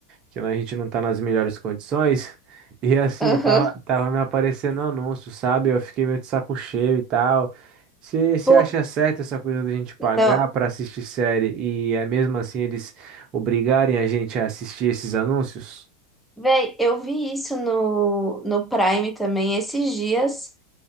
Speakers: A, on the right; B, in the centre.
A: que a gente não tá nas melhores condições. E assim,
B: aham.
A: tava, tava me aparecendo anúncio, sabe? Eu fiquei meio de saco cheio e tal. Você você
B: Pô,
A: acha certo essa coisa da gente pagar
B: Não,
A: pra assistir série e é mesmo assim eles obrigarem a gente a assistir esses anúncios?
B: véi, eu vi isso no, no Prime também esses dias